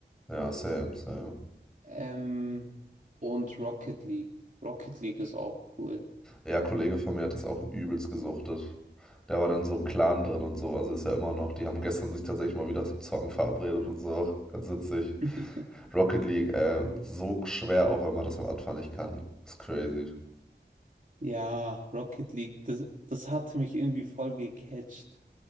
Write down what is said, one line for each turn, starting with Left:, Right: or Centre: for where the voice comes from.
Centre: Ja, same, same.
Right: ähm, und Rocket League. Rocket League ist auch cool.
Centre: Ja, ein Kollege von mir hat das auch übelst gesuchtet. Der war dann in so einem Clan drin und so, also ist ja immer noch. Die haben gestern sich tatsächlich mal wieder zum Zocken verabredet und so. Ganz witzig.
Right: <laughs>
Centre: Rocket League, äh, so schwer, auch wenn man das am Anfang nicht kann. Ist crazy.
Right: Ja, Rocket League, das, das hatte mich irgendwie voll gecatcht.